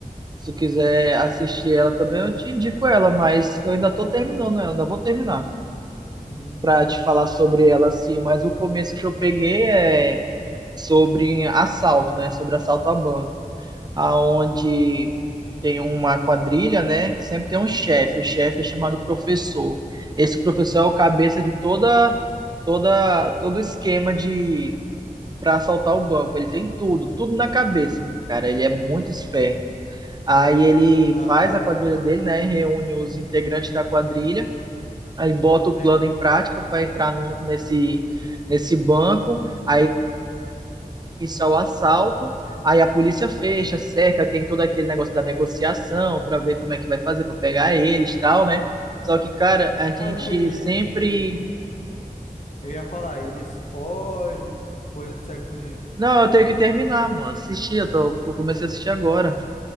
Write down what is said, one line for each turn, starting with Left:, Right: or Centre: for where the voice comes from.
Right: Se tu quiser assistir ela também, eu te indico ela, mas eu ainda tô terminando ela, ainda vou terminar
Left: Hum.
Right: pra te falar sobre ela, assim. Mas o começo que eu peguei é sobre assalto, né? Sobre assalto a banco, aonde tem uma quadrilha, né? Que sempre tem um chefe. O chefe é chamado professor. Esse professor é o cabeça de toda, toda, todo o esquema de para assaltar o banco. Ele tem tudo, tudo na cabeça, meu cara. Ele é muito esperto. Aí ele
Left: Aham.
Right: faz a quadrilha dele, né? Reúne os integrantes da quadrilha, aí bota o plano
Left: É.
Right: em prática para entrar no, nesse, nesse banco. Aí iniciar o assalto, aí a polícia fecha, cerca, tem todo aquele negócio da negociação para ver como é que vai fazer para pegar eles, e tal, né? Só que, cara, a gente
Left: Mas aí,
Right: sempre
Left: ele. Eu ia falar, eles fogem, ou eles não conseguem fugir.
Right: não, eu tenho que terminar, mano. Assisti, eu, tô, eu comecei a assistir agora,